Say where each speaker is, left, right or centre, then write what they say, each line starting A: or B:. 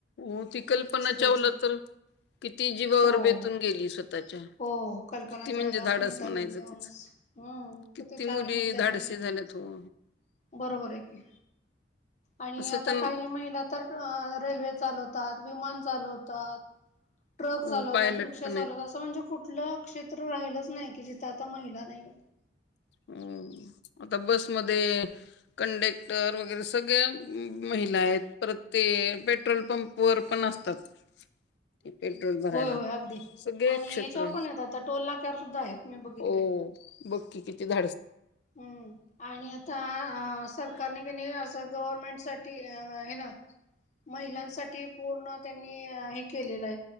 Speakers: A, on the left; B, on the left.
A: हो, ती 'कल्पना
B: असं द्यायचं.
A: चावला 'तर किती जीवावर
B: हो.
A: बेतून गेली स्वतः त्याच्या,
B: हो कल्पना
A: किती
B: चावला,
A: म्हणजे धाडस
B: सुनीता
A: म्हणायचं
B: विल्यम्स
A: तिच!
B: हम्म
A: किती
B: छान
A: मुली
B: म्हणजे त्यांनी
A: धाडस ते झालंच हो.
B: बरोबर आहे की आणि
A: असं
B: आता
A: तर
B: काही महिला तर रेल्वेत चालवतात, विमान चालवतात, ट्रक
A: हो
B: चालवतात
A: पायलट
B: रिक्शा
A: पण
B: चालवतात,
A: आहेत
B: असं म्हणजे कुठलं क्षेत्र राहिलच नाही. कि जिथे आता महिला नाही.
A: ह आता बसमध्ये कंडेक्टर वगैरे सगळ्या. महिला आहेत परत ते पेट्रोल पंप वर पण असतात ते पेट्रोल भरायला
B: होय होय अगदी
A: सगळे
B: आणि
A: क्षेत्र
B: ह्याच्यावर पण येत आता टोल नाक्यावर सुद्धा आहेत मी बघितले.
A: हो बक्की कितीदा
B: हम्म आणि आता ह सरकारने की नाही असं गव्हर्मेंट साठी हे ना महिलांसाठी पूर्ण त्यांनी हे केलेलं आहे